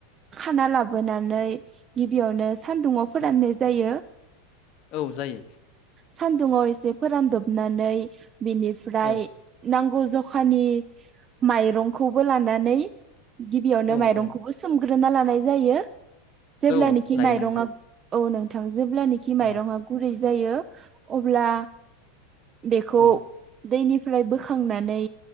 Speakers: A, on the right; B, on the left.
A: खाना लाबोनानै गिबियावनो सानदुाव फोराननाय
B: औ
A: जायो
B: औ जायो
A: सान्दुङाव एसे फोरानदबनानै बिनिफ्राय
B: औ
A: नांगौ ग जखानि माइरंखौबो लानानै गिबियावनो
B: औ
A: माइरंखौबो
B: औ
A: स ग्रोना लानाय जायो जेब्लानाखि
B: औ लायो
A: माइरङा
B: नोंथां
A: औ नोंथां जेब्लानाखि माइरङा
B: औ
A: गुरै जायो अब्ला बेखौ
B: औ
A: दैनिफ्राय बोखांनानै